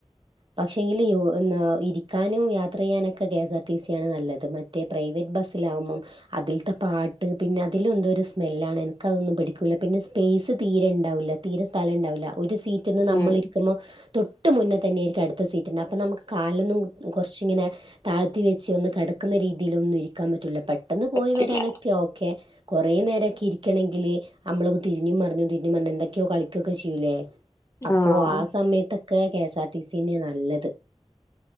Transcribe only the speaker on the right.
പക്ഷെ എങ്കില് ഓ ന്നാ ഇരിക്കാനും യാത്രയ്യാനൊക്കെ K S R T C ആണ് നല്ലത് മ മറ്റേ പ്രൈവറ്റ് ബസ്സിലാവുമ്പം അതിലത്തെ പാട്ട് പിന്നെ അതിലെ ന്തോ ഒര് സ്മെല്ലാണ് എനക്ക് അതൊന്നും പിടിക്കൂല്ല പിന്നെ സ്പേസ് തീരെ ഇണ്ടാവ്വൂല്ല തീരെ സ്ഥലം ഇണ്ടാവൂല ഒരു സീറ്റന്ന് നമ്മളിരിക്കുമ്പോ
തൊട്ട് മുന്നെ തന്നെയാരി അടുത്ത സീറ്റുണ്ടാ അപ്പം നമക്ക് കാലൊന്നും കൊറച്ചിങ്ങനെ താഴ്ത്തി വെച്ച് ഒന്ന് കെടക്കുന്ന രീതില് ഒന്നും ഇരിക്കാൻ പറ്റൂല്ല പെട്ടെന്ന് പോയി
വരാനൊക്കെ ഓക്കെ കെറേ നേരൊക്കെ ഇരിക്കണെങ്കില് നമ്മളൊന്ന് തിരിഞ്ഞും മറിഞ്ഞും തിരിഞ്ഞും മറിഞ്ഞും എന്തൊക്കെയോ കളിക്കുക്കെ ചെയ്യൂലെ അപ്പോ
ആ സമയത്തൊക്കെ K S R T C ന്ന്യയ നല്ലത്